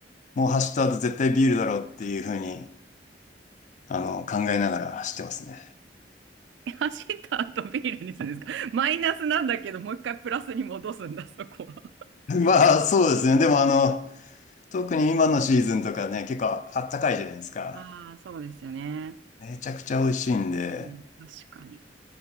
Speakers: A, on the left; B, on the right.
A: ー、もう走った後絶対ビールだろうっていうふうに、あの、考えながら走ってますね。
B: え走った後ビールにするんですか <laughs> マイナスなんだけど、もう一回プラスに戻すんだ、そこは。
A: <laughs> まあ、そうですね。でもあの、特に今のシーズンとかね、結構あったかいじゃないですか。
B: ああ、そうですよね。
A: めちゃくちゃ美味しいんで。
B: うん、確かに。